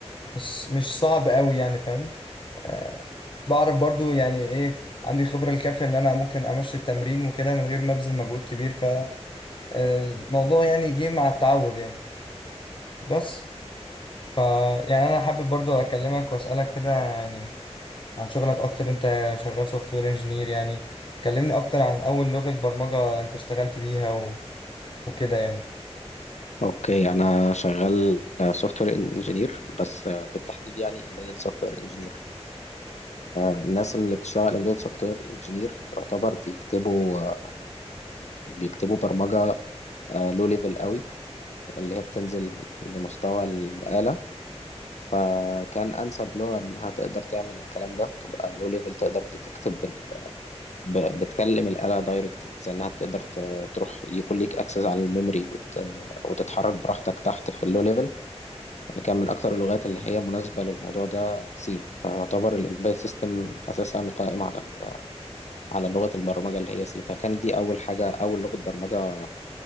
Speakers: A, on the left; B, on the left.
A: مش مش صعب قوي يعني فاهم آه، بعرف برضو يعني إيه عندي خبرة الكافية إن أنا ممكن أمشي التمرين وكده من غير ما أبذل مجهود كبير فالموضوع يعني جه مع التعود يعني بس ف يعني أنا حابب برضو أكلمك وأسألك كده يعني عن شغلك أكتر أنت شغال سوفت وير انجينير يعني كلمني أكتر عن أول لغة برمجة أنت اشتغلت بيها و... وكده يعني
B: اوكي انا شغال سوفت وير انجينير بس آه، بالتحديد يعني امبيدد سوفت وير انجينير الناس اللي بتشتغل امبيدد سوفت وير انجينير يعتبر بيكتبوا بيكتبوا برمجة لو ليفل قوي اللي هي بتنزل لمستوى الآلة فكان أنسب لغة إنها تقدر تعمل الكلام ده تبقى لو ليفل تقدر بتكتب ال... ب... بتكلم الآلة دايركت زي إنها تقدر ت... تروح يكون ليك أكسس على الميموري وت... وتتحرك براحتك تحت في اللو ليفل كان من أكتر اللغات اللي هي مناسبة للموضوع ده سي فيعتبر الإمبيد سيستم أساسا قائم على ال... على لغة البرمجة اللي هي سي فكانت دي أول حاجة أول لغة برمجة